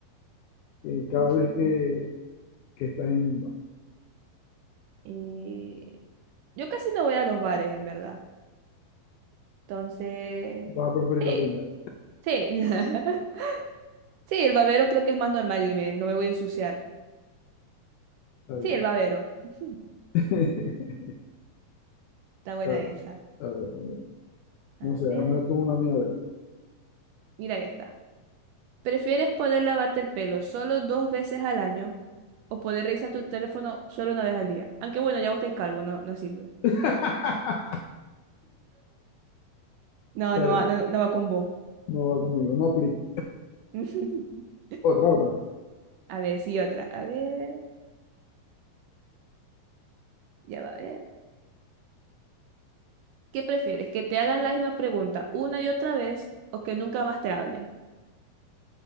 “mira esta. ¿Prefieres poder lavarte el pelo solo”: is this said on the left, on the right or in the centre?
Right